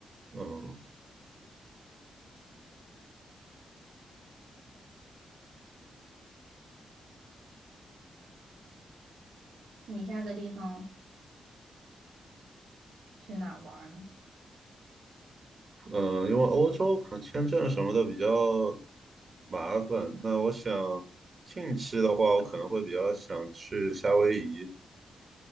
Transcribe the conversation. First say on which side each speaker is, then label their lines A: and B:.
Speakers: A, on the right; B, on the right.
A: 嗯，
B: 你下个地方去哪儿玩儿呢？
A: 嗯，因为欧洲可能签证什么的比较麻烦，那我想近期的话，我可能会比较想去夏威夷，